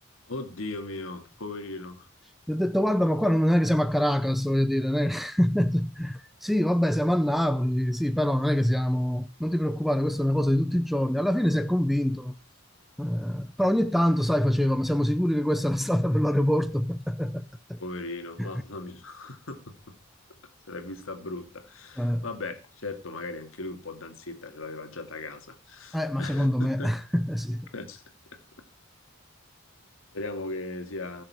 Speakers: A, on the left; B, in the centre.
A: Oddio mio, poverino.
B: Gli ho detto, guarda, ma qua non è che siamo a Caracas, voglio dire. non è che- <laughs> Sì, vabbè, siamo a Napoli, sì, però non è che siamo... Non ti preoccupare, questa è una cosa di tutti i giorni. Alla fine si è convinto. Eh, però ogni tanto, sai, faceva, ma siamo sicuri che questa è la strada per l'aeroporto? <laughs>
A: Poverino, mamma mia, <laughs> se l'è vista brutta.
B: Eh,
A: Vabbè, certo, magari anche lui un po' d'ansietta ce l'aveva già da casa.
B: eh, ma
A: <laughs>
B: secondo me <laughs> sì.
A: Speriamo che sia...